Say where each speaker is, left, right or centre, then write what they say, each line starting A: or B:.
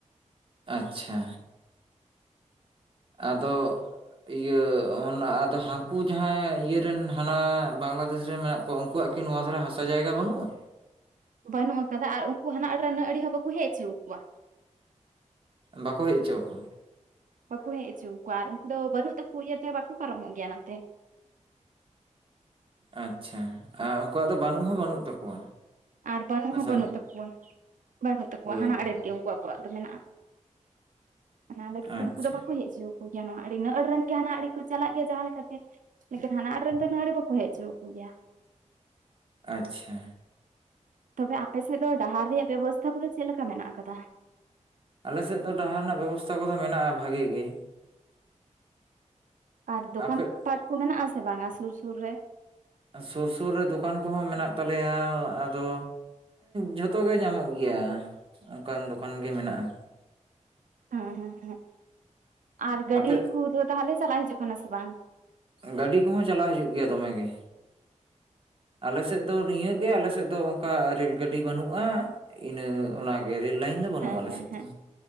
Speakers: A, on the right; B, on the right.
A: ᱟᱪᱪᱷᱟ ᱟᱫᱚ ᱤᱭᱟᱹ ᱚᱱᱟ ᱟᱫᱚ ᱦᱟᱹᱠᱩ ᱡᱟᱦᱟᱸ ᱤᱭᱟᱹᱨᱮᱱ ᱦᱟᱱᱟ ᱵᱟᱝᱞᱟᱫᱮᱥ ᱨᱮᱱ ᱢᱮᱱᱟᱜ ᱠᱚᱣᱟᱜ ᱩᱱᱠᱩᱣᱟᱜ ᱠᱤ ᱱᱚᱣᱟ ᱫᱷᱟᱨᱟ ᱦᱟᱥᱟ ᱡᱟᱭᱜᱟ ᱵᱟᱹᱱᱩᱜᱼᱟ?
B: ᱵᱟᱹᱱᱩᱜ ᱟᱠᱟᱫᱟ ᱟᱨ ᱩᱱᱠᱩ ᱦᱟᱱᱟ ᱚᱲᱨᱮᱱᱟᱹ ᱟ ᱦᱚᱸ ᱵᱟᱠᱚ ᱦᱮᱡ ᱦᱚᱪᱚ ᱟᱠᱚᱣᱟ᱾
A: ᱵᱟᱠᱚ ᱦᱮᱡ ᱦᱚᱪᱚ ᱟᱠᱚᱣᱟ?
B: ᱵᱟᱠᱚ ᱦᱮᱡ ᱚᱪᱚ ᱟᱠᱚᱣᱟ ᱟᱨ ᱩᱱᱠᱩ ᱫᱚ ᱵᱟᱹᱱᱩᱜ ᱛᱟᱠᱚ ᱤᱭᱟᱹᱛᱮ ᱵᱟᱠᱚ ᱯᱟᱨᱚᱢᱚᱜ ᱜᱮᱭᱟ ᱱᱚᱛᱮ᱾
A: ᱟᱪᱪᱷᱟ ᱟᱨ ᱩᱱᱠᱩᱣᱟᱜ ᱫᱚ ᱵᱟᱹᱱᱩᱜ ᱦᱚᱸ ᱵᱟᱹᱱᱩᱜ ᱛᱟᱠᱚᱣᱟ
B: ᱟᱨ ᱵᱟᱹᱱᱩᱜ
A: ᱦᱟᱥᱟ
B: ᱦᱚᱸ ᱵᱟᱹᱱᱩᱜ
A: ᱡᱟᱭᱜᱟ
B: ᱛᱟᱠᱚᱣᱟ ᱵᱟᱹᱱᱩᱜ ᱛᱟᱠᱚᱣᱟ
A: ᱦᱳᱭ
B: ᱦᱟᱱᱟ ᱟᱲᱮ
A: ᱦᱳᱭ,
B: ᱨᱮᱜᱮ ᱩᱱᱠᱩᱣᱟᱜ ᱟᱲᱟᱜ ᱫᱚ ᱢᱮᱱᱟᱜᱼᱟ ᱚᱱᱟ ᱞᱟᱹᱜᱤᱫ
A: ᱟᱪᱪᱷᱟ
B: ᱛᱮ ᱩᱱᱠᱩ ᱫᱚ ᱵᱟᱠᱚ ᱦᱮᱡ ᱪᱩ ᱜᱮᱭᱟ ᱟᱹᱰᱤ ᱱᱟᱹᱲ ᱨᱮᱱ ᱜᱮ ᱦᱟᱱᱟᱱᱟᱜ ᱟᱹᱰᱤ ᱠᱚ ᱪᱟᱞᱟᱜ ᱜᱮᱭᱟ ᱡᱟᱦᱟᱸ ᱞᱮᱠᱟᱛᱮ ᱞᱮᱠᱤᱱ ᱦᱟᱱᱟ ᱟᱲᱮ ᱨᱮᱱ ᱫᱚ ᱱᱚᱣᱟ ᱟᱲᱮ ᱵᱟᱠᱚ ᱦᱮᱡᱪᱚ ᱟᱠᱩ ᱜᱮᱭᱟ
A: ᱟᱪᱪᱷᱟ
B: ᱛᱚᱵᱮ ᱟᱯᱮᱥᱮᱫ ᱫᱚ ᱰᱟᱦᱟᱨ ᱨᱮᱭᱟᱜ ᱵᱮᱵᱚᱥᱛᱷᱟ ᱠᱚᱫᱚ ᱪᱮᱫ ᱞᱮᱠᱟ ᱢᱮᱱᱟᱜ ᱟᱠᱟᱫᱟ?
A: ᱟᱞᱮᱥᱮᱫ ᱫᱚ ᱰᱟᱦᱟᱨ ᱨᱮᱱᱟᱜ ᱵᱮᱵᱚᱥᱛᱷᱟ ᱠᱚᱫᱚ ᱢᱮᱱᱟᱜᱼᱟ ᱵᱷᱟᱜᱮ ᱜᱮ᱾
B: ᱟᱨ ᱫᱚᱠᱟᱱ
A: ᱟᱯᱮ
B: ᱯᱟᱴ ᱠᱚ ᱢᱮᱱᱟᱜ ᱟᱥᱮ ᱵᱟᱝᱟ ᱥᱩᱨ ᱥᱩᱨ ᱨᱮ?
A: ᱥᱩᱨ ᱥᱩᱨ ᱨᱮ ᱫᱚᱠᱟᱱ ᱠᱚᱦᱚᱸ ᱢᱮᱱᱟᱜ ᱛᱟᱞᱮᱭᱟ ᱟᱫᱚ ᱡᱷᱚᱛᱚ ᱜᱮ ᱧᱟᱢᱚᱜ ᱜᱮᱭᱟ ᱚᱱᱠᱟᱱ ᱫᱚᱠᱟᱱ ᱜᱮ ᱢᱮᱱᱟᱜᱼᱟ᱾
B: ᱦᱮᱸ ᱦᱮᱸ ᱦᱩᱸ ᱟᱨ ᱜᱟᱹᱰᱤ
A: ᱟᱯᱮ
B: ᱠᱚᱫᱚ ᱛᱟᱦᱚᱞᱮ ᱪᱟᱞᱟᱜ ᱦᱤᱡᱩᱜ ᱠᱟᱱᱟ ᱥᱮ ᱵᱟᱝ?
A: ᱜᱟᱹᱰᱤ ᱠᱚᱦᱚᱸ ᱪᱟᱞᱟᱣ ᱦᱤᱡᱩᱜ ᱜᱮᱭᱟ ᱫᱚᱢᱮᱜ ᱜᱮ᱾ ᱟᱞᱮ ᱥᱮᱫ ᱫᱚ ᱱᱤᱭᱟᱹᱜᱮ ᱟᱞᱮ ᱥᱮᱫ ᱫᱚ ᱚᱱᱠᱟ ᱨᱮᱹᱞ ᱜᱟᱹᱰᱤ ᱵᱟᱹᱱᱩᱜᱼᱟ ᱤᱱᱟᱹ ᱚᱱᱟᱜᱮ ᱨᱮᱹᱞ ᱞᱟᱭᱤᱱ ᱜᱮ ᱵᱟᱹᱱᱩᱜᱼᱟ
B: ᱦᱮᱸ
A: ᱟᱞᱮ
B: ᱦᱮᱸ
A: ᱥᱮᱫ
B: ᱦᱮᱸ
A: ᱫᱚ